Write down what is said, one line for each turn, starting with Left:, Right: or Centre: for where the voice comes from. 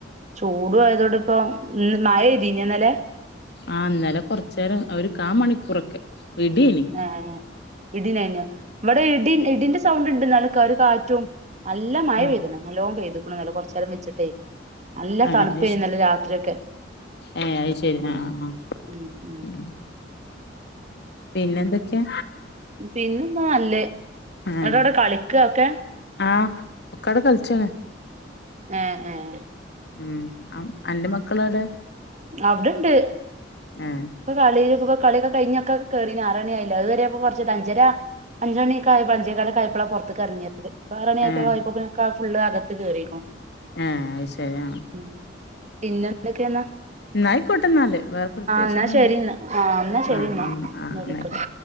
Right: ചൂടും ആയതോണ്ട്പ്പം ഇം മയെയ്തീന്യൊന്നെലേ
Left: ആഹ് ന്നറലെ കൊർച്ചേരം ഒരു കാ മണിക്കൂറൊക്കെ ഇട്യേനി
Right: ആഹ് ഇടിണ്ടായ്ന്യോ വെടെ ഇടി ഇടിന്റെ സൗണ്ട്ണ്ട് ന്നാലും ക ഒര് കാറ്റും നല്ല മഴ
Left: ആഹ്
Right: പെയ്ത്ണ് നല്ലോം പെയ്ത്ക്ക്ണ് ഇന്നലെ കൊർച്ചേരം വെച്ചിട്ടേ നല്ല
Left: ആഹ്
Right: തണ്പ്പേനിന്നെലെ
Left: അയ്ശ
Right: രാത്റിയൊക്കെ
Left: ഏഹ് അയ് ശെരി ആഹ് ആഹ് ആഹ്
Right: ഉം ഉം
Left: ഉം പിന്നെ എന്തൊക്ക്യാ
Right: പിന്നെന്താ നല്ലെ
Left: ആഹ്
Right: എവ്ടൊവ്ടെ കളിക്കാ ഒക്കെ
Left: ആഹ് ഒക്കവ്ടെ കൾച്ചാണ്
Right: ഏഹ് ഏഹ്
Left: ഉം അം അന്റെ മക്കളേടെ
Right: അവ്ടെണ്ട്
Left: ഏഹ്
Right: ഇപ്പ കളി ഇപ്പ കള്യൊക്കെ കയ്ഞ്ഞൊക്കെ കേറീണ് ആറണ്യായീലേ അത്‌വെരെ പ്പ കൊർച്ച് ട അഞ്ചെരാ അഞ്ചണിക്കായ് അഞ്ചേക്കാലൊക്കായപ്പളാ പൊർത്ത്ക്കെറ്ങ്ങ്യെ ത് പ്പാറണി അക്കെ
Left: ഏഹ്
Right: ആയപ്പോക്ക്ന് ആ ഫുള്ള് അകത്ത് കേറീക്ക്ണു
Left: ഏഹ് അയ്ശരി ആഹ്
Right: ഉം പിന്നെന്തൊക്കേന്നാ
Left: ന്നായ്ക്കോട്ടെന്നാല് വേറെ പ്രത്യേകിച്ചൊന്നുല്ല
Right: എന്നാ ശരി എന്നാ ആഹ് എന്നാ ശരി
Left: ആഹ്
Right: എന്നാ
Left: ആഹ്
Right: പിന്നെ
Left: ആഹ്
Right: വിളിക്കണ്ട്
Left: ന്നായ്ക്കോ